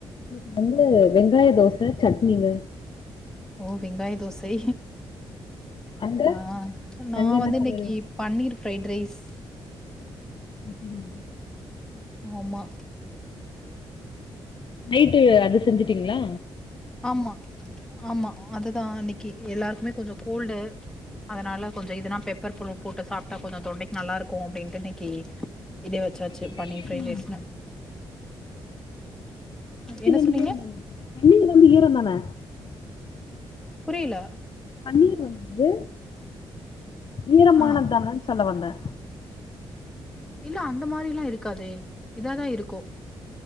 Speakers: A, on the left (about 50°); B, in the centre.
A: <unintelligible> வெங்காய தோசை சட்னிங்க
B: ஓ வெங்காய தோசை
A: அங்க
B: ஆ நா
A: அங்க என்ன
B: வந்து
A: சமையல்
B: இன்னைக்கு பன்னீர் ஃபிரைட் ரைஸ்
A: ஒ செரிமா
B: ஆமா
A: நைட்டு அது செஞ்சுட்டீங்ளா?
B: ஆமா ஆமா அதுதா இன்னக்கி எல்லாருக்குமே கொஞ்சொ கோல்டு அதனால கொஞ்ச இதனா பெப்பர் புல போட்டு சாப்ட்டா கொஞ்சொ தொண்டைக்கு நல்லாருக்கு அப்டின்ட்டு இன்னக்கி இதே வச்சாச்சு
A: பன்னீரே
B: பண்ணி
A: ஈரந்தானங்க
B: ஃப்ரைட் ரைஸ்னு
A: பன்னீர்
B: என்ன
A: வந்து
B: சொன்னீங்க
A: ஈரொந்தான பன்னீர் வந்து ஈரொந்தான
B: புரியில
A: னீர் வந்து ஈரமானது
B: ஆ
A: தானன் சொல்ல வந்தே
B: இல்ல அந்த மாரில்லா இருக்காதே இதாதா இருக்கு